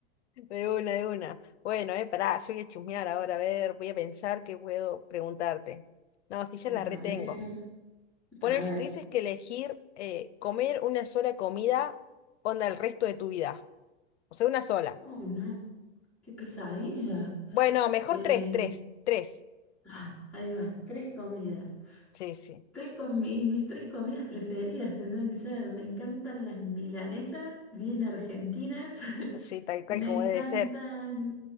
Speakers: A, on the left; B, in the centre.
A: de una, de una. Bueno, eh, pará, yo voy a chusmear ahora, a ver, voy a pensar qué puedo preguntarte. No, si ya la
B: A
A: retengo.
B: ver,
A: Poner,
B: a ver.
A: si tuvieses que elegir eh, comer una sola comida, onda el resto de tu vida. O sea, una sola.
B: Oh, no, qué pesadilla.
A: Bueno, mejor
B: Eh,
A: tres, tres, tres.
B: Ah, ahí va, tres comidas.
A: Sí, sí,
B: Tres comi- mis tres comidas preferidas tendrán que ser, me encantan las milanesas, bien argentinas, <laughs>
A: sí, tal cual
B: me
A: como
B: encantan
A: debe ser.